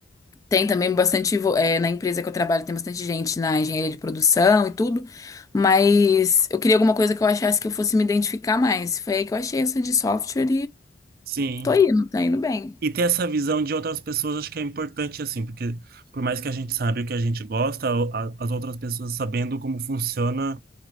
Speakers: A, on the left; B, on the right.
A: tem também bastante. vo- é, na empresa que eu trabalho, tem bastante gente na engenharia de produção e tudo. Mas eu queria alguma coisa que eu achasse que eu fosse me identificar mais. Foi aí que eu achei essa de software
B: sim.
A: Tô indo, tá indo bem.
B: E ter essa visão de outras pessoas acho que é importante, assim, porque por mais que a gente saiba o que a gente gosta, o- a- as outras pessoas sabendo como funciona.